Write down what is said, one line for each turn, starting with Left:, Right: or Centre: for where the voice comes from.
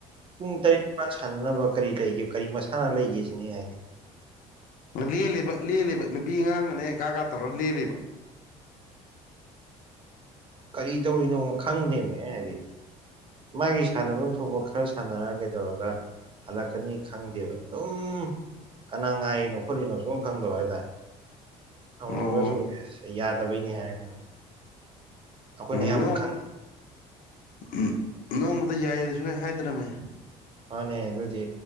Right: ꯄꯨꯡ ꯇꯔꯦꯠ ꯅꯤꯄꯥꯥꯟ ꯁꯥꯟꯅꯅꯕ ꯀꯔꯤ ꯂꯩꯒꯦ ꯀꯔꯤ ꯃꯁꯥꯟꯅ ꯂꯩꯒꯦ ꯁꯤꯅꯦ ꯍꯥꯏꯗꯤ
Left: ꯂꯦꯜꯂꯤꯕ ꯂꯦꯜꯂꯤꯕ ꯅꯨꯄꯤ ꯑꯉꯥꯡꯒꯅꯦ ꯒꯥꯒꯥ ꯇꯧꯔ ꯂꯦꯜꯂꯤꯕ
Right: ꯀꯔꯤ ꯗꯧꯔꯤꯅꯣ ꯈꯪꯗꯦꯕ ꯑꯩ ꯍꯥꯏꯗꯤ ꯃꯥꯒꯤ ꯁꯥꯟꯅꯐꯝ ꯊꯣꯛꯐꯝ ꯈꯔ ꯁꯥꯟꯅꯔ ꯀꯩꯗꯧꯔꯒ ꯍꯜꯂꯛꯀꯅꯤ ꯈꯪꯗꯦꯕ ꯑꯗꯨꯝ ꯀꯅꯥ ꯉꯥꯏꯔꯤꯅꯣ ꯈꯣꯠꯂꯤꯅꯣ ꯁꯨꯝ ꯈꯪꯗꯕ ꯍꯥꯏꯇꯥꯔꯦ ꯍꯪꯉꯨꯔꯒꯁꯨ
Left: ꯑꯣ
Right: ꯑꯁ ꯌꯥꯗꯕꯩꯅꯤ ꯍꯥꯏꯔꯛꯀꯅꯤ ꯑꯩꯈꯣꯏꯅ
Left: ꯎꯝ
Right: ꯌꯥꯝ
Left: ꯅꯣꯡ
Right: ꯈꯪ
Left: ꯎꯝ ꯅꯣꯡꯃꯇ ꯌꯥꯏꯌꯦꯗ ꯁꯨꯡ ꯍꯥꯏꯗ꯭ꯔꯝꯃꯦ
Right: ꯃꯥꯟꯅꯦ ꯑꯗꯨꯗꯤ